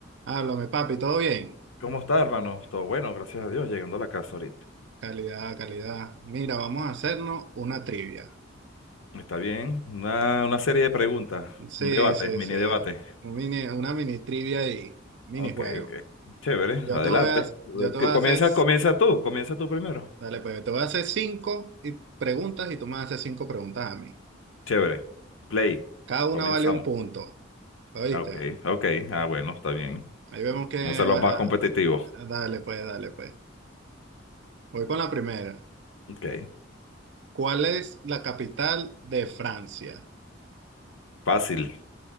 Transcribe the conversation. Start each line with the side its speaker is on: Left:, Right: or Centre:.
Right: Háblame, papi, ¿todo bien?
Left: ¿Cómo está, hermano? Todo bueno, gracias a Dios, llegando a la casa ahorita.
Right: Calidad, calidad. Mira, vamos a hacernos una trivia.
Left: Está bien, una, una serie de preguntas,
Right: Sí,
Left: un debate,
Right: sí,
Left: mini
Right: sí.
Left: debate.
Right: un mini- una mini trivia y minijuego.
Left: Ok, ok. Chévere,
Right: Yo
Left: adelante.
Right: te voy a, yo te
Left: Que
Right: voy a
Left: comienza,
Right: hacer,
Left: comienza tú, comienza tú primero.
Right: dale, pues, yo te voy a hacer cinco y- preguntas y tú me vas a hacer cinco preguntas a mí.
Left: Chévere. Play.
Right: Cada una
Left: Comenzamos.
Right: vale un punto, ¿oíste?
Left: Ah, Ok, ok. Ah, bueno, está bien.
Right: Ahí vemos que
Left: Vamos a los
Right: va,
Left: más competitivos.
Right: ah, dale, pues, dale, pues. Voy con la primera.
Left: Ok.
Right: ¿Cuál es la capital de Francia?
Left: Fácil.